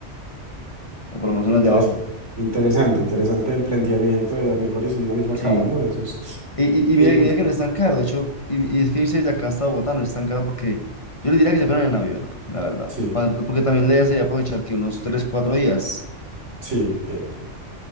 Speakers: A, on the left; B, on the right.
A: o por lo menos
B: interes-
A: en las de abajo.
B: interesante, interesante el planteamiento de dormir varios en una misma
A: Sí,
B: cama, ¿no? Eso es...
A: Y, y, y mira,
B: Y
A: mira que no es tan caro, de hecho, y, y es que irse de acá hasta Bogotá no es tan caro porque yo le diría que se fueran en avión, la verdad,
B: Sí,
A: pa- porque también le sería aprovechar que unos 3 4 días,
B: sí, eh,